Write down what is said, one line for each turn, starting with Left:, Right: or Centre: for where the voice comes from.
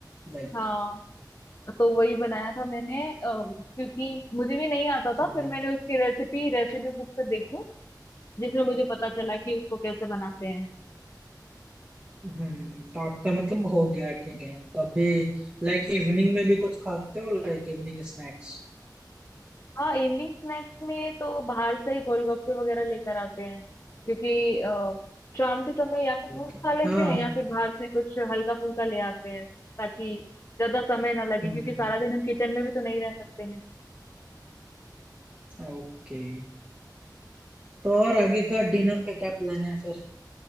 Right: लाइक
Left: हाँ तो वही बनाया था मैंने अ, क्योंकि मुझे भी नहीं
Right: अच्छा
Left: आता था
Right: हम्म
Left: फिर मैंने उसकी रेसिपी रेसिपी बुक से देखी जिसमें मुझे पता चला कि उसको कैसे बनाते हैं
Right: हम्म हम्म, तो आपका मतलब हो गया ठीक है तो अभी लाइक इवनिंग में भी कुछ खाते हो like evening snacks
Left: हाँ इवनिंग स्नैक्स में तो बाहर से ही गोलगप्पे वगैरह लेकर आते हैं क्योंकि अ, शाम के समय
Right: Okay
Left: या तो फ्रूट
Right: okay
Left: खा लेते
Right: हाँ
Left: हैं
Right: हाँ
Left: या फिर बाहर से कुछ हल्का फुल्का ले आते हैं ताकि ज्यादा समय ना लगे
Right: हम्म
Left: क्योंकि सारा
Right: हम्म
Left: दिन हम किचन में भी तो नहीं रह सकते हैं
Right: ओके तो और आगे का डिनर का क्या प्लान है फिर